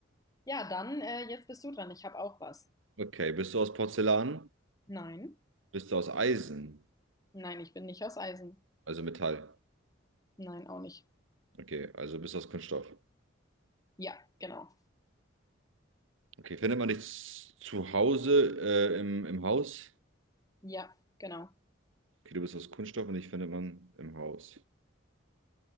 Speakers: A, on the left; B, on the right.
A: Ja, dann, äh, jetzt bist du dran. Ich habe auch was.
B: Okay, bist du aus Porzellan?
A: Nein.
B: Bist du aus Eisen?
A: Nein, ich bin nicht aus Eisen.
B: Also Metall.
A: Nein, auch nicht.
B: Okay, also bist du aus Kunststoff.
A: Ja, genau.
B: Okay, findet man dich z- zu Hause äh, im, im Haus?
A: Ja, genau.
B: Okay, du bist aus Kunststoff und dich findet man im Haus.